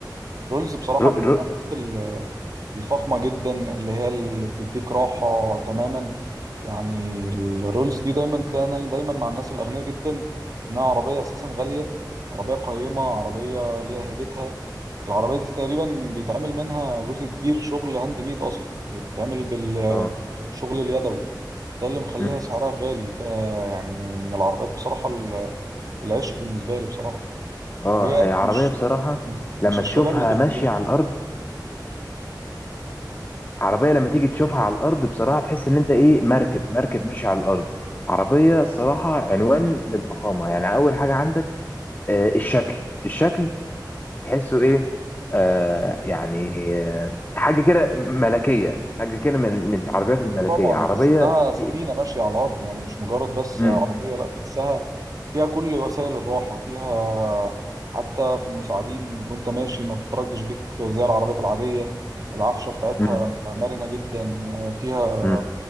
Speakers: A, on the right; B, on the left.
A: رولز بصراحه
B: رو...
A: من
B: رو...
A: العربيات ال- الفخمه جدا اللي هي اللي بتديك راحه تماما يعني الرولز دي دايما تلاقيها دايما مع الناس الاغنياء جدا انها عربيه اساسا غاليه عربيه قيمه عربيه ليها هيبتها العربية دي تقريبا بيتعمل منها جزء كبير شغل هاند ميد أصلا يعني بتتعمل بالشغل
B: اه
A: اليدوي ده اللي مخليها
B: مم.
A: سعرها غالي ده يعني من العربيات بصراحة ال- العشق بالنسبة لي بصراحة
B: اه
A: وهي
B: هي عربية
A: مش
B: بصراحة لما
A: مش الشباب
B: تشوفها
A: اللي بيحبوها
B: ماشية على الأرض عربية لما تيجي تشوفها على الأرض بصراحة تحس إن أنت إيه مركب مركب ماشي على الأرض عربية الصراحة عنوان للفخامة يعني أول حاجة عندك آه الشكل الشكل تحسه إيه آه يعني آه حاجة كده ملكية حاجة كده من من العربيات الملكية
A: طبعا
B: عربية
A: تحس إنها سفينة
B: في في-
A: ماشية على الأرض يعني مش مجرد بس
B: مم.
A: عربية لا تحسها فيها كل وسائل الراحة فيها حتى في المساعدين وانت ماشي ما بتترجش بيك زي العربيات العادية العفشة بتاعتها
B: مم.
A: مرنة جدا فيها
B: مم.